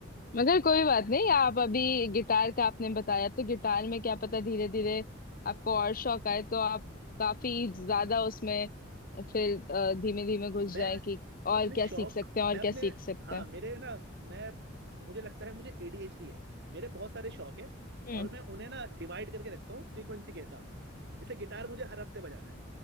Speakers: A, on the left (about 45°); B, on the right (about 60°).
A: मगर कोई बात नहीं आप अभी गिटार का आपने बताया तो गिटार में क्या पता धीरे धीरे आपको और शौक आए तो आप काफी ज्यादा उसमें फिर धीमे धीमे घुस
B: मैं
A: जाए कि और
B: अपने
A: क्या
B: शौक
A: सीख सकते हैं
B: मैं
A: और क्या
B: अपने
A: सीख सकते
B: हाँ
A: हैं
B: मेरे ना मैं मुझे लगता है मुझे एडीएचडी है मेरे बहुत सारे शौक है
A: हम्म
B: और मैं उन्हें ना डिवाइड करके रखता हूँ फ्रीक्वेंसी के हिसाब से जैसे गिटार मुझे हर हफ्ते बजाना है